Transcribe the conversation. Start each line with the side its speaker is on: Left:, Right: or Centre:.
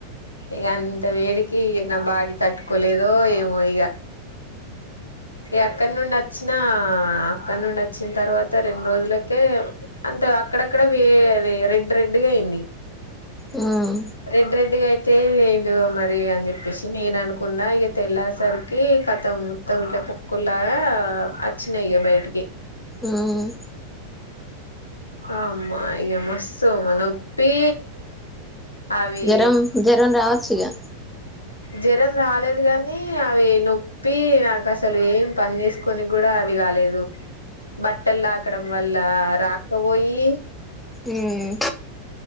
Left: ఇగ అంత వేడికి నా బాడీ తట్టుకోలేదో ఏమో ఇగ ఈ అక్కడి నుండి వచ్చినా అక్కడ నుండి వచ్చిన తర్వాత రెండు రోజులకే అక్కడక్కడ వే అది రెడ్ రెడ్ గా అయింది
Centre: ఉం
Left: రెడ్ రెడ్ గా అయితే ఏడు మరి అని చెప్పేసి నేను అనుకున్నా ఇగా తెల్లరే సరికి కతం మొత్తం ఇట్లా పొక్కులాగా అచ్చినయి ఇగ బయటికి
Centre: మ్మ్
Left: అమ్మ ఈగ మస్తు నొప్పి అవి
Centre: జరం జరం రావచ్చగా
Left: జ్వరం రాలేదు కాగానీ అవి నొప్పి నాకు అసలు ఏం పని చేసుకొని కూడా అది కాలేదు బట్టలు లాకడం వల్ల రాక్క పోయి
Centre: ఉం